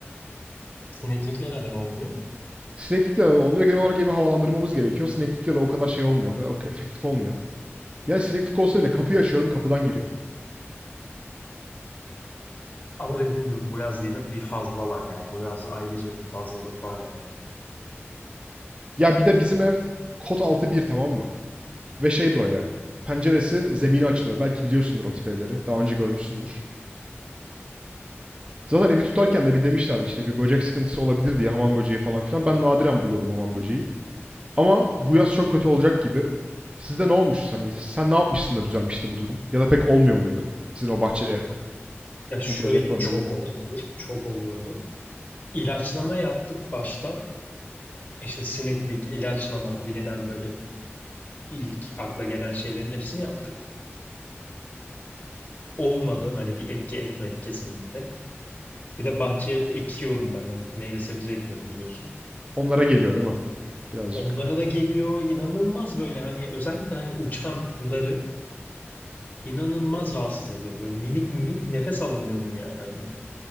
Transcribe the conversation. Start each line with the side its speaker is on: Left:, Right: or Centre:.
Left: sineklikle neden olmuyor?
Right: Sineklikle de olmuyor. Genel olarak evi havalandırmamız gerekiyor. sineklikle de o kadar şey olmuyor. O kadar ok- efektif olmuyor. Yani sineklik olsa bile kapıyı açıyorum kapıdan giriyor.
Left: Ama dediğin gibi bu yaz yine bir fazlalar ya. Bu yaz ayrıca bir fazlalık var yani.
Right: Ya bir de bizim ev kod altı bir tamam mı? Ve şey böyle. Penceresi zemine açılıyor. Belki biliyorsundur o tip evleri. Daha önce görmüşsündür. Zaten evi tutarken de bir demişlerdi işte bir böcek sıkıntısı olabilir diye hamam böceği falan filan. Ben nadiren buluyordum hamam böceği. Ama bu yaz çok kötü olacak gibi. Sizde ne olmuş? Hani sen ne yapmışsın da düzelmişti bu durum? Ya da pek olmuyor muydu sizin o bahçeli evde?
Left: Ya şöyle
Right: Bu böcek problemi.
Left: çok oluyordu. Çok oluyordu. İlaçlama yaptık başta. İşte sineklik, ilaçlama bilinen böyle ilk akla gelen şeylerin hepsini yaptık. Olmadı. Hani bir etki etmedi kesinlikle. Bir de bahçeye ekiyorum ben. Hani meyve sebze ekiyorum biliyorsun.
Right: Onlara geliyor değil mi? Birazcık.
Left: Onlara da geliyor inanılmaz böyle hani özellikle hani uçanları inanılmaz rahatsız ediyordu. Böyle minik minik nefes alamıyordun yani hani